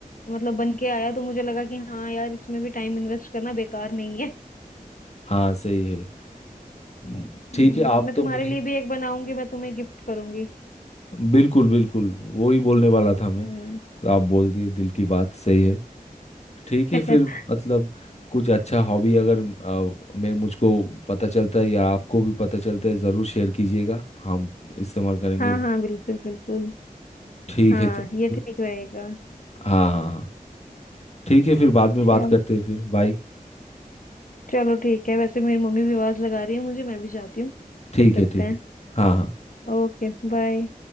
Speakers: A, on the left (about 65°); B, on the left (about 45°).
A: मतलब बन के आया तो मुझे लगा कि हाँ यार इसमें भी टाइम इन्वेस्ट करना बेकार नहीं है
B: हाँ सही है म, ठीक
A: हम्म,
B: है आप
A: मैं
B: तो
A: तुम्हारे
B: मुझे
A: लिए भी एक बनाऊंगी मैं तुम्हें गिफ्ट करूंगी
B: बिल्कुल बिल्कुल वो ही बोलने वाला था मैं
A: हम्म
B: तो आप बोल दिए दिल की बात सही है ठीक है
A: <laughs>
B: फिर मतलब कुछ अच्छा हॉबी अगर अ, मैं मुझको पता चलता है या आपको भी पता चलता है ज़रूर शेयर कीजिएगा हम इस्तेमाल करेंगे
A: हाँ
B: वो
A: हाँ बिल्कुल बिल्कुल
B: ठीक
A: हाँ
B: है चलिए
A: ये
B: फिर
A: ठीक रहेगा
B: हाँ हाँ हाँ ठीक है फिर बाद में बात
A: चल
B: करते हैं फिर बाय
A: चलो ठीक है वैसे मेरी मम्मी भी आवाज लगा रही है मुझे मैं भी जाती हूँ
B: ठीक
A: फिर करते
B: है ठीक
A: हैं
B: है हाँ हाँ
A: Okay bye